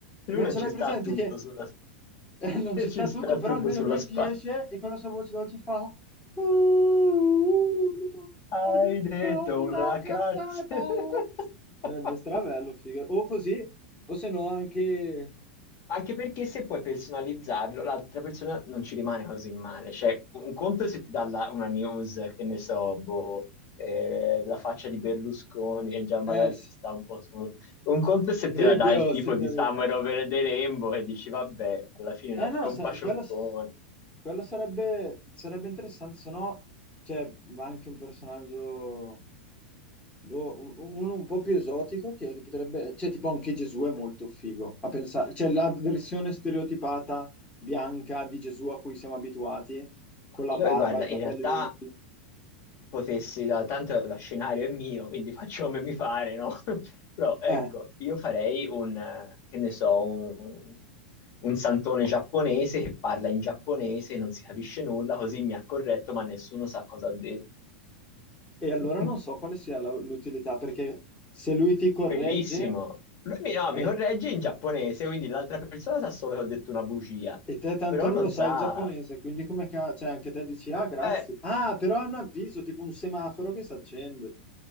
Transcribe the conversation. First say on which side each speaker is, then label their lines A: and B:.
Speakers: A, on the left; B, on the left.
A: lui
B: Non
A: non
B: ce
A: ci
B: l'hai
A: sta
B: presente
A: a tutto
B: che
A: sulla...
B: eh, non
A: <laughs>
B: ci sta
A: Ci sta
B: tutto, però
A: tutto
B: almeno
A: sulla
B: lui
A: spalla.
B: ti esce e con la sua voce dolce fa "Uh, uh,
A: Hai
B: hai detto
A: detto
B: una
A: una
B: cazzata.
A: cazzo. <laughs>
B: Sarebbe strabello, figo. O così, o se no anche...
A: Anche perché se puoi personalizzarlo, l'altra persona non ci rimane così male. Cioè, un conto è se ti dà la- una news, che ne so, boh, eh, la faccia di Berlusconi, che già magari
B: Eh, s-
A: sta un po' su. Un conto è se te
B: Cribbio,
A: la dà il tipo
B: signorina.
A: di Summer Over the Rainbow e dici, vabbè, alla fine
B: Eh no,
A: è un
B: sa-
A: pacioccone.
B: quello, quello sarebbe, sarebbe interessante, se no c'è anche un personaggio, boh, un- uno un po' più esotico, che, che potrebbe, cioè tipo anche Gesù è molto figo, a pensare, cioè la versione stereotipata bianca di Gesù a cui siamo abituati, con
A: Ma
B: la
A: io,
B: barba
A: guarda,
B: e i capelli
A: in realtà
B: lunghi.
A: potessi, da, tanto lo scenario è mio, quindi <laughs> faccio come mi pare, no? <laughs> Però ecco,
B: Eh,
A: io farei un, eh, che ne so, un, un santone giapponese che parla in giapponese e non si capisce nulla, così mi ha corretto, ma nessuno sa cosa ha detto.
B: e allora
A: <laughs>
B: non so quale sia la- l'utilità, perché se lui ti corregge...
A: Bellissimo. Lui mi, no,
B: eh,
A: mi corregge in giapponese, quindi l'altra persona sa solo che ho detto una bugia,
B: E te tanto
A: però
B: non
A: non
B: lo sai
A: sa.
B: il giapponese, quindi come che... Cioè, anche te dici, ah, grazie.
A: eh,
B: Ah, però è un avviso, tipo un semaforo che si accende.